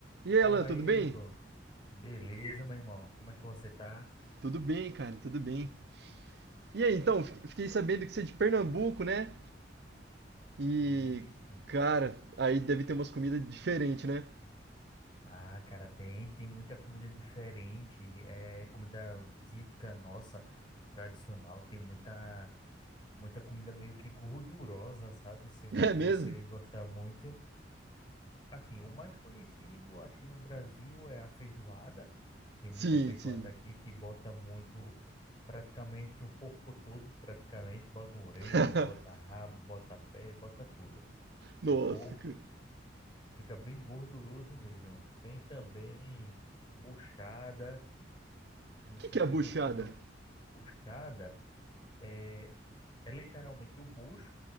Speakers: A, on the right; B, on the left.
A: E aí,
B: Fala
A: Alan, tudo
B: aí,
A: bem?
B: Igor. Beleza, meu irmão? Como é que você tá?
A: Tudo bem, cara, tudo bem. E aí, então, fi- fiquei sabendo que você é de Pernambuco, né? E,
B: Isso.
A: cara, aí deve ter umas comidas diferentes, né?
B: Ah, cara, tem, tem muita comida diferente. É comida típica nossa, tradicional. Tem muita, muita comida meio que gordurosa, sabe? Se eu-
A: <laughs> É
B: você
A: mesmo?
B: gostar muito. Assim, o mais conhecido, acho que no Brasil, é a feijoada. Tem
A: Sim,
B: muita feijoada
A: sim.
B: aqui que bota muito, praticamente um porco todo, praticamente. Bota orelha,
A: <laughs>
B: bota rabo, bota pé, bota tudo.
A: Nossa,
B: do porco,
A: cara. O
B: fica bem gorduroso mesmo. Tem também buchada, não
A: que
B: sei
A: que
B: se
A: é buchada?
B: você já buchada, é, é literalmente o bucho